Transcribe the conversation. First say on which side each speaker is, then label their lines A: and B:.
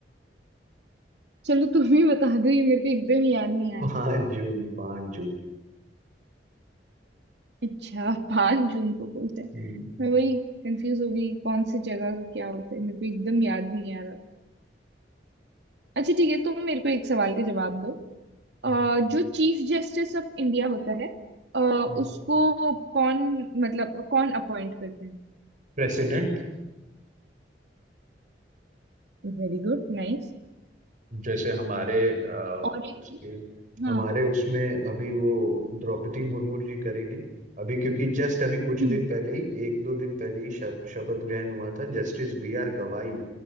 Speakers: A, on the right (about 75°); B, on the right (about 45°).
A: चलो तुम ही बता दो ये मेरे को एकदम याद नहीं
B: <laughs>
A: आ
B: पाँच
A: रहा
B: जून पाँच जून
A: अच्छा पांच जून को बोलते हैं
B: हम्म,
A: मैं वही कंफ्यूज हो गई कौन सी जगह का क्या होता है मेरे को एकदम याद नहीं आ रहा था अच्छा ठीक है तुम मेरे को एक सवाल के जवाब दो
B: हम्म,
A: अ, जो चीफ जस्टिस ऑफ इंडिया होता है अ,
B: हम्म।
A: उसको कौन मतलब कौन अपॉइंट करते हैं
B: प्रेसिडेंट
A: Very good nice
B: जैसे हमारे अ,
A: और एक
B: उसके
A: हाँ
B: हमारे उसमें अभी वो द्रौपदी मुर्मू जी करेंगी अभी क्योंकि जस्ट अभी कुछ
A: हम्म
B: दिन पहले ही एक दो दिन पहले ही शप- शपथ ग्रहण हुआ था जस्टिस बी आर गवाई